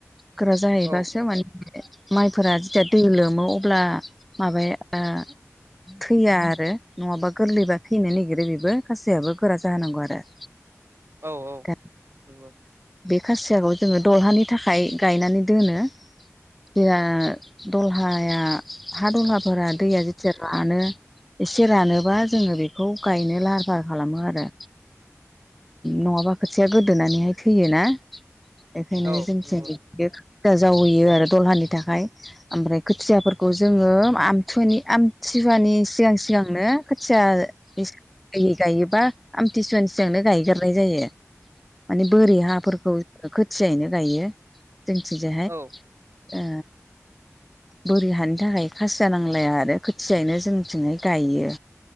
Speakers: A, in the centre; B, on the right.
A: गोरा जाहैबासो
B: औ
A: मा <unintelligible> माइफोरा जेदिया दै लोमो अब्ला माबाया ओ थैया आरो नङाबा गोर्लैबा थैनो नागिरो बेबो खासियाआबो गोरा जाहोनांगौ आरो।
B: औ औ
A: दा
B: नंगौ।
A: बे खासियाखौ जोङो दलहानि थाखाय गायनानै दोनो। जोहा दलहाया हा दलहाफोरा दैया एसे रानो एसे रानोबा जोङो बेखौ गायनो लाहार फाहार खालामो आरो। नङाबा खोथियाआ गोदोनानैहाय थैयोना एखायनो
B: औ
A: जोंनिथिं
B: नंगौ
A: बे <unintelligible> जावैयो आरो दलहानि थाखाय, आमफ्राय खोथियाफोरखौ जोङो आमथुनि आम थिहुवानि सिगां सिगांनो खोथिया <unintelligible> गायोबा आमथिसुवानि जोंनो गायगोरनाय जायो, माने बोरि हाफोरखौ खोथियायैनो गायो। जोंथिजोंहाय
B: औ
A: ओ बोरि हानि थाखाय खासिया नांलाया आरो खोथियायैनो जोंनिथिंहाय गाइयो।